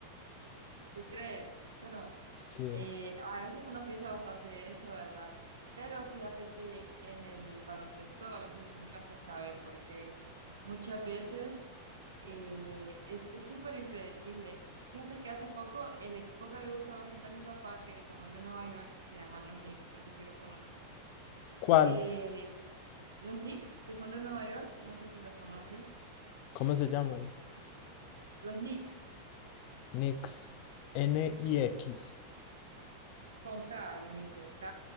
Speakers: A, on the right; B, on the left.
A: ¿Tú crees? Bueno,
B: Sí.
A: eh, a veces uno piensa bastante eso, ¿verdad? Pero fíjate que en el baloncesto a veces nunca se sabe porque muchas veces eh, es es súper impredecible. Fíjate que hace poco el equipo que le gusta bastante a mi papá, que son los de Nueva York, se llaman los Knicks, no sé si los conoces.
B: ¿Cuál?
A: Eh, los Knicks, que son de Nueva York, no sé si los conoces.
B: ¿Cómo se llaman?
A: Los Knicks,
B: Nix. N y X.
A: con K al inicio, K,